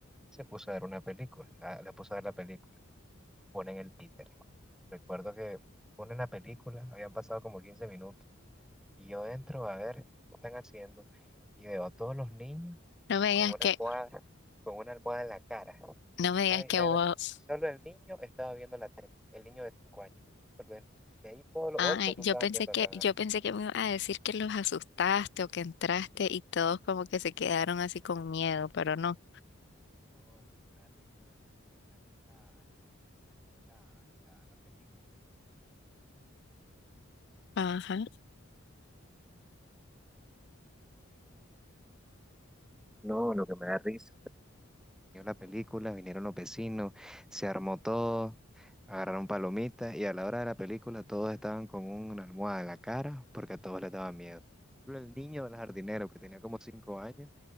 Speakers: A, in the centre; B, on the left.
A: se puso a ver una película. La, la puso a ver la película. Ponen el títere. Recuerdo que ponen la película. Habían pasado como 15 minutos. Y yo entro a ver qué están haciendo y veo a todos los niños
B: No me
A: con
B: digas
A: una
B: que,
A: almohada, con una almohada en la cara.
B: no me digas
A: Nadie
B: que
A: está
B: vos,
A: viendo- Solo el niño estaba viendo la tele, el niño de 5 años. Solo él. De ahí todos los
B: ay,
A: otros no
B: yo
A: estaban
B: pensé
A: viendo
B: que,
A: nada.
B: yo pensé que me iba a decir que los asustaste o que entraste y todos como que se quedaron así con miedo, pero no.
A: no lo que me da risa es de que planeó la, planeó la, la, la película.
B: Ajá.
A: No, lo que me da risa vio la película, vinieron los vecinos, se armó todo, agarraron palomitas y a la hora de la película todos estaban con una almohada en la cara porque a todos les daba miedo. Solo El niño del jardinero que tenía como cinco años